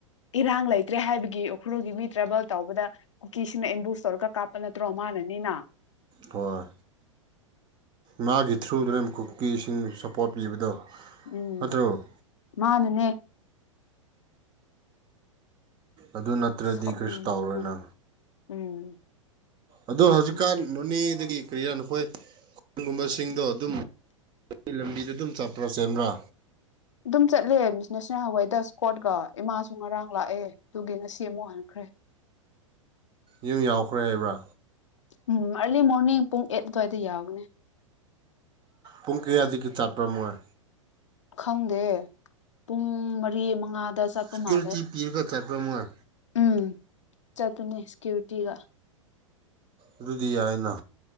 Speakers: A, on the left; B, on the right.
A: ꯏꯔꯥꯡ ꯂꯩꯇ꯭ꯔꯦ ꯍꯥꯏꯕꯗꯤ ꯒꯤ ꯎꯈ꯭ꯔꯨꯜꯒꯤ ꯃꯤ ꯇ꯭ꯔꯥꯕꯦꯜ ꯇꯧꯕꯗ ꯀꯨꯀꯤꯁꯤꯅ ꯑꯦꯝꯕꯨꯁ ꯇꯧꯔꯒ ꯀꯥꯞꯄ ꯅꯠꯇ꯭ꯔꯣ ꯃꯥꯅꯅꯤꯅ
B: ꯍꯣꯏ ꯃꯥꯒꯤ ꯊ꯭ꯔꯨꯗꯨꯅꯦ ꯀꯨꯀꯤꯁꯤꯡ ꯁꯞꯄꯣꯔꯠ ꯄꯤꯕꯗꯣ꯫
A: ꯎꯝ
B: ꯅꯠꯇ꯭ꯔꯣ
A: ꯃꯥꯅꯅꯦ
B: ꯑꯗꯨ ꯅꯠꯇ꯭ꯔꯗꯤ
A: ꯁꯣꯠꯅꯤꯡꯕꯅ
B: ꯀꯩꯁꯨ ꯇꯧꯔꯣꯏꯅ꯫
A: ꯎꯝ꯫
B: ꯑꯗꯣ ꯍꯧꯖꯤꯛꯀꯥꯟ
A: ꯑꯗꯨꯅꯦ
B: ꯅꯣꯅꯦꯗꯒꯤ ꯀꯔꯤꯔꯥ ꯅꯈꯣꯏ ꯒꯨꯝꯕꯁꯤꯡꯗꯣ ꯑꯗꯨꯝ <unintelligible> ꯂꯝꯕꯤꯗ ꯑꯗꯨꯝ ꯆꯠꯄ꯭ꯔꯣ ꯆꯦꯟꯕ꯭ꯔꯥ꯫
A: ꯑꯗꯨꯝ ꯆꯠꯂꯦ ꯅꯦꯁꯅꯦꯜ ꯍꯥꯏꯋꯦꯗ ꯏꯁꯀꯣꯔꯠꯀ ꯏꯃꯥꯁꯨ ꯉꯔꯥꯡ ꯂꯥꯛꯑꯦ꯫ ꯑꯗꯨꯒꯤ ꯉꯁꯤ ꯑꯃꯨꯛ ꯍꯟꯈ꯭ꯔꯦ꯫
B: ꯌꯨꯝ ꯌꯥꯎꯈ꯭ꯔꯦ ꯍꯥꯏꯕ꯭ꯔꯥ꯫
A: ꯎꯝ ꯑꯥꯔꯂꯤ ꯃꯣꯔꯅꯤꯡ ꯄꯨꯡ ꯑꯩꯠ ꯑꯗꯨꯋꯥꯏꯗ ꯌꯥꯕꯅꯦ꯫
B: ꯄꯨꯡ ꯀꯌꯥꯗꯒꯤ ꯆꯥꯄ꯭ꯔ ꯃꯣꯏ꯫
A: ꯈꯪꯗꯦ ꯄꯨꯡ ꯃꯔꯤ ꯃꯉꯥꯗ ꯆꯠꯄ
B: ꯁꯦꯀ꯭ꯌꯨꯔꯤꯇꯤ
A: ꯃꯥꯜꯂꯦ꯫
B: ꯄꯤꯔꯒ ꯆꯠꯄ꯭ꯔꯥ ꯃꯣꯏ
A: ꯎꯝ ꯆꯠꯄꯅꯦ ꯁꯦꯀ꯭ꯌꯨꯔꯤꯇꯤꯒ꯫
B: ꯑꯗꯨꯗꯤ ꯌꯥꯏꯅ꯫